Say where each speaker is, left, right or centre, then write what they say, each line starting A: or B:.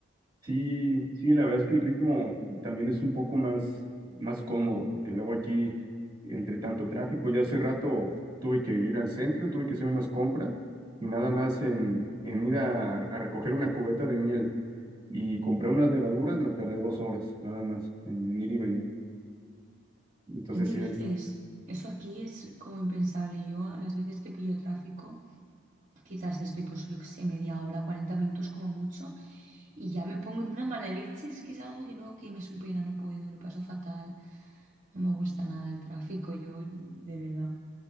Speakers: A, on the right (about 20°); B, on the right (about 35°).
A: Sí, sí, la verdad es que el ritmo también es un poco más, más cómodo, porque luego aquí, entre tanto tráfico, ya hace rato tuve que ir al centro, tuve que hacer unas compras y nada más en, en ir a, a recoger una cubeta de miel y comprar unas levaduras, me tardé dos horas, nada más, en, en ir y venir. Entonces
B: ¿Qué me
A: sí,
B: dices?
A: es-
B: Eso aquí es como impensable. Yo a las veces que pillo tráfico, quizás estoy pues yo qué sé, media hora, 40 minutos como mucho, y ya me pongo de una mala leche. Es que es algo que no, que me supera, no puedo, lo paso fatal. No me gusta nada el tráfico, yo de verdad